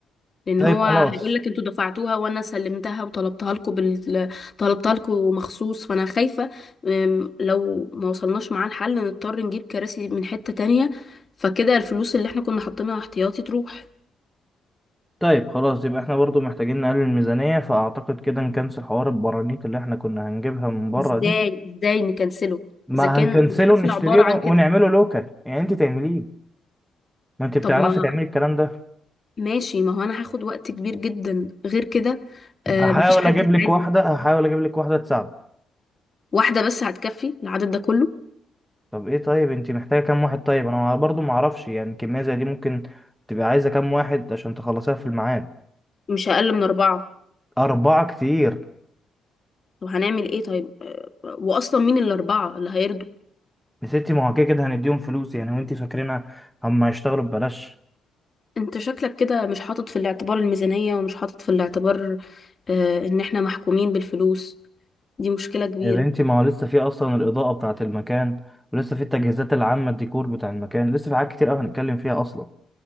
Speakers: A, on the left (about 35°); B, in the centre.
A: لان
B: طيب
A: هو هيقول
B: خلاص
A: لك انتوا دفعتوها وانا سلمتها وطلبتها لكم بال... طلبتها لكم مخصوص فانا خايفه أم، لو ما وصلناش معاه الحل نضطر نجيب كراسي من حته تانية فكده الفلوس اللي احنا كنا حاطينها احتياطي تروح
B: طيب خلاص يبقى احنا برضو محتاجين نقلل الميزانية فأعتقد كده نكنسل حوار البرانيت اللي احنا كنا هنجيبها من بره
A: ازاي
B: دي
A: ازاي نكنسله
B: ما
A: اذا كان
B: هنكنسله
A: الحفله
B: نشتريه
A: عباره عن كده
B: ونعمله لوكال يعني انت تعمليه ما انت بتعرفي
A: طب ما
B: تعملي الكلام ده
A: ماشي ما هو انا هاخد وقت كبير جدا غير كده آه
B: هحاول
A: مفيش حد
B: اجيب
A: يساعدني
B: لك واحده هحاول اجيب لك واحده تساعدك
A: واحده بس هتكفي العدد ده كله
B: طب ايه طيب انت محتاجه كام واحد طيب انا برضو ما اعرفش يعني كميه زي دي ممكن تبقى عايزه كام واحد عشان تخلصيها في الميعاد
A: مش اقل من اربعه
B: اربعه كتير
A: طب هنعمل ايه طيب آه، واصلا مين الاربعه اللي هيرضوا
B: يا ستي ما هو كده كده هنديهم فلوس يعني وانت فاكرينها هم هيشتغلوا ببلاش
A: انت شكلك كده مش حاطط في الاعتبار الميزانية ومش حاطط في الاعتبار آه ان احنا محكومين بالفلوس دي مشكلة كبيرة
B: يا بنتي ما هو لسه في اصلا الاضاءه بتاعه المكان ولسه في التجهيزات العامه الديكور بتاع المكان لسه في حاجات كتير قوي هنتكلم فيها اصلا